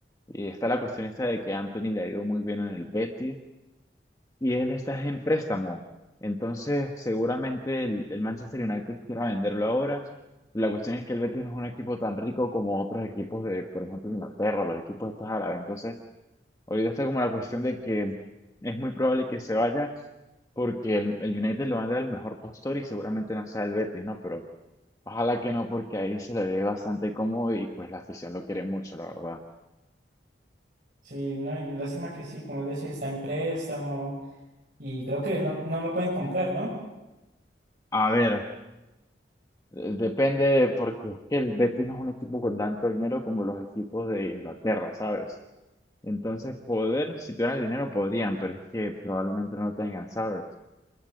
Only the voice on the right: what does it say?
sí, no, y lástima que sí, como decía, está en préstamo, y creo que no, no lo pueden comprar, ¿no?